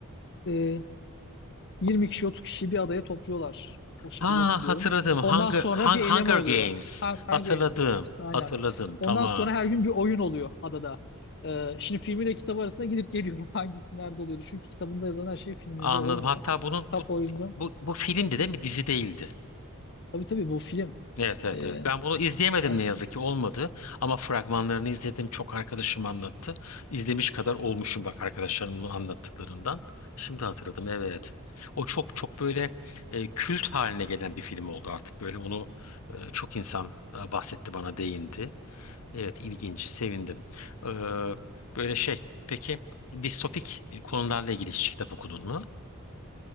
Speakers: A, on the left (about 50°); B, on the left (about 90°).
A: e, 20 kişi 30 kişi bir adaya topluyorlar. O şekilde
B: Ha
A: hatırlıyorum.
B: hatırladım.
A: Ondan
B: Hunger,
A: sonra
B: Hun-
A: bir
B: Hunger
A: eleme oluyor.
B: Games.
A: Ha-
B: Hatırladım.
A: Hunger Games aynen.
B: Hatırladım. Tamam.
A: Ondan sonra her gün bir oyun oluyor adada. Ee, şimdi filmiyle kitabı arasında gidip geliyorum <laughs> hangisi nerede oluyordu. Çünkü kitabında yazan her şey filminde
B: Anladım.
A: olmuyor.
B: Hatta bunun
A: Kitap
B: bu
A: o yüzden.
B: bu bu filmdi değil mi? Dizi değildi.
A: Tabii tabii bu film.
B: Evet evet
A: Ee,
B: evet. Ben bunu izleyemedim
A: hatta
B: ne yazık
A: bu
B: ki olmadı. Ama fragmanlarını izledim. Çok arkadaşım anlattı. İzlemiş kadar olmuşum bak arkadaşlarımın anlattıklarından. Şimdi hatırladım evet. O çok çok böyle e, kült haline gelen bir film oldu artık. Böyle onu e, çok insan e, bahsetti bana değindi. Evet ilginç sevindim. Ee, böyle şey peki distopik e, konularla ilgili hiç kitap okudun mu?